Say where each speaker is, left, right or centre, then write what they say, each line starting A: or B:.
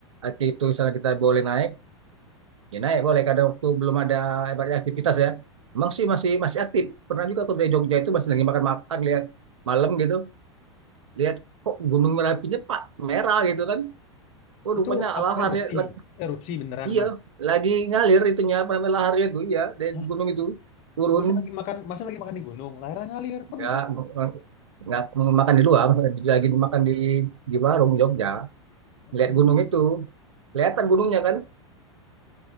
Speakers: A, on the right; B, on the left.
A: Aki itu misalnya kita boleh naik Ya naik boleh kadang waktu belum ada banyak aktivitas ya. Emang sih masih masih aktif. Pernah juga aku dari Jogja itu masih lagi makan-makan lihat malam gitu, lihat kok Gunung Merapinya pak merah gitu kan. Oh
B: Itu
A: rupanya
B: ap-
A: laharnya
B: erupsi,
A: lag-
B: erupsi beneran
A: iya
B: Mas.
A: lagi ngalir itunya apa namanya laharnya itu iya dari
B: Hah?
A: gunung itu turun
B: Masa lagi makan, masa lagi makan di gunung, layar ngalir, kok
A: nggak
B: bisa?
A: nggak makan di luar lagi makan di di warung Jogja
B: Oh.
A: lihat gunung itu kelihatan gunungnya kan.